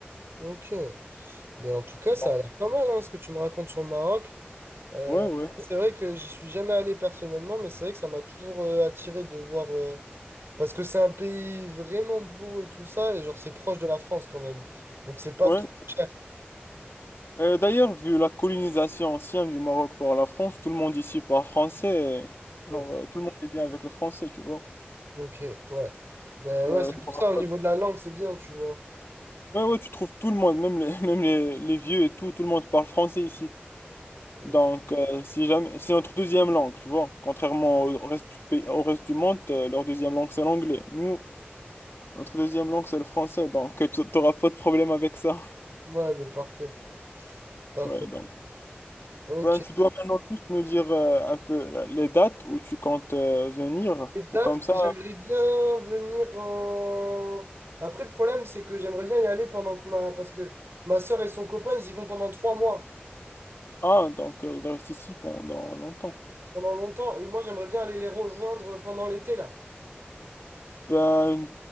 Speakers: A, on the right; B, on the left.
A: Ok. Mais en tout cas, ça
B: Donc,
A: a l'air pas mal, hein, ce que tu me racontes sur le Maroc. Euh,
B: Ouais, ouais,
A: c'est vrai que j'y suis jamais allé personnellement, mais c'est vrai que ça m'a toujours euh, attiré de voir. euh, parce que c'est un pays vraiment beau et tout ça, et genre c'est proche de la France quand même. Donc c'est pas
B: ouais.
A: trop cher.
B: Et d'ailleurs, vu la colonisation ancienne du Maroc par la France, tout le monde ici parle français. et,
A: Bon,
B: Genre, euh, tout le monde est bien avec le français, tu vois.
A: ok, ouais. Ben
B: Donc,
A: ouais,
B: euh,
A: c'est
B: t'auras
A: pour ça, au
B: pas
A: niveau
B: de-
A: de la langue, c'est bien, tu vois.
B: ouais, ouais, tu trouves tout le monde, même les, <laughs> même les, les vieux et tout, tout le monde parle français ici.
A: Ok.
B: Donc, euh, si jamais, c'est notre deuxième langue, tu vois. Contrairement au reste du pays- au reste du monde, euh, leur deuxième langue, c'est l'anglais. Nous, notre deuxième langue, c'est le français. Donc, euh, tu n'auras pas de problème avec ça. <laughs>
A: Ouais, ben parfait. Parfait.
B: Ouais, donc.
A: Ok.
B: Ben, tu dois maintenant juste me dire euh, un peu la- les dates où tu comptes euh, venir
A: Les dates,
B: pour comme ça.
A: j'aimerais bien venir en... Après, le problème, c'est que j'aimerais bien y aller pendant que ma... Parce que ma sœur et son copain, ils y vont pendant trois mois,
B: Ah, donc euh, il reste ici pendant longtemes.
A: pendant longtemps. Et moi, j'aimerais bien aller les rejoindre pendant l'été, là.
B: Ben,